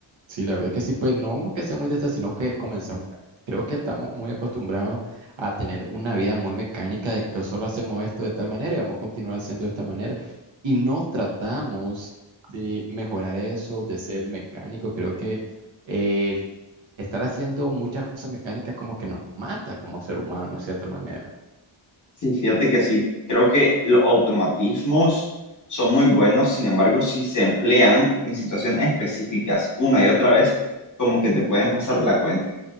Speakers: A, on the right; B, on the left.
A: Sí, la verdad que sí, pues no porque seamos de estas, sino que comenzamos, creo que estamos muy acostumbrados a tener una vida muy mecánica de que solo hacemos esto de tal manera y vamos a continuar haciendo de esta manera. Y no tratamos de mejorar eso, de ser mecánico. Creo que el estar haciendo muchas cosas mecánicas como que nos mata como ser humano, de cierta manera.
B: Sí, fíjate que sí, creo que los automatismos son muy buenos, sin embargo, si se emplean en situaciones específicas una y otra vez, como que te pueden pasar la cuenta,